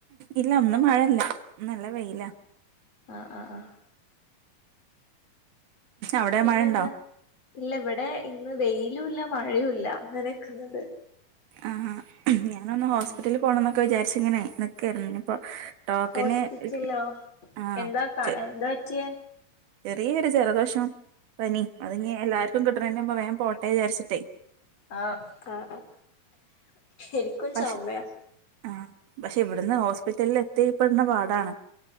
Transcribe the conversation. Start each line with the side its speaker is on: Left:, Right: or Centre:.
Right: ഇല്ലാ ഇന്ന് മഴല്ല. നല്ല വെയ്ലാ.
Left: ആ ആ ആഹ്.
Right: അവിടെ
Left: പിന്നെന്താ.
Right: മഴയുണ്ടോ
Left: ഇല്ല ഇവിടെ ഇന്ന് വെയിലൂല്ല മഴയൂല്ല അങ്ങനെക്കുന്നുണ്ട്.
Right: അഹാ ഞാനൊന്ന് ഹോസ്പിറ്റല്
Left: ഉം
Right: പോണംന്നൊക്കെ വിചാരിച്ചിങ്ങനെ നിക്കായിരുന്നു. ഇനിപ്പോ ടോക്കന്
Left: ഹോസ്പിറ്റലിലോ
Right: ഇട് ആഹ്
Left: എന്താ കാ
Right: ച്ചെ
Left: എന്താ പറ്റിയേ
Right: ചെറീയൊരു ജലദോഷം പനി അതിഞ്ഞി എല്ലാ ർക്കും കിട്ട്ണീന്റെമുമ്പേ വേം പോട്ടെ വിചാരിച്ച്ട്ടേ
Left: ആഹ്, ആ ആ ഇൻക്കൊരു
Right: പക്ഷെ
Left: ചൊമയാ.
Right: ആഹ്, പക്ഷെ ഇവിട്ന്ന് ഹോസ്പിറ്റലിൽ എത്തിപ്പെട്ണ പാടാണ്.